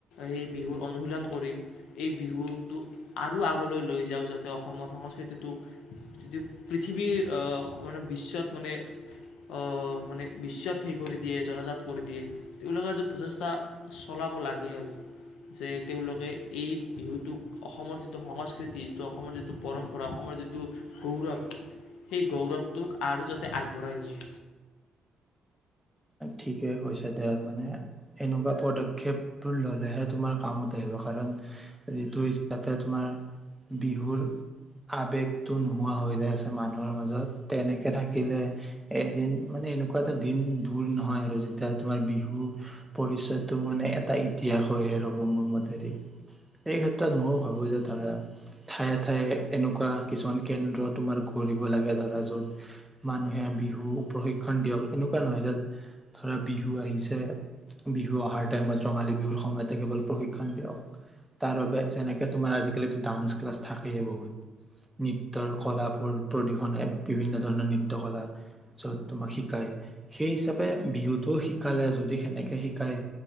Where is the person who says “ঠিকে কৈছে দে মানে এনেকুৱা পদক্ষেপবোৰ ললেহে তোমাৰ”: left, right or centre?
Centre